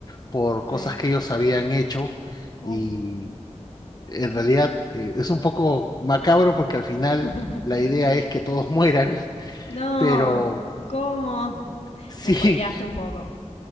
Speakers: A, on the left; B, on the left.
A: por
B: ok.
A: cosas que ellos habían hecho, y
B: Uh,
A: en realidad eh, es un poco macabro porque al final
B: <laughs>
A: la idea es que todos <laughs> mueran,
B: No,
A: pero
B: ¿cómo?
A: sí.
B: Me spoileaste un poco.